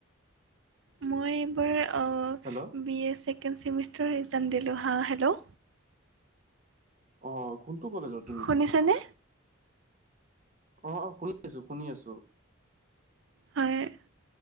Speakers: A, on the right; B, on the right.
A: মই এইবাৰ
B: hello
A: B A second semester exam দিলোঁ হা হেল্ল'।
B: অ কোনটো কলেজত।
A: শুনিছানে।
B: অ অ শুনি আছো শুনি আছো।
A: <unintelligible>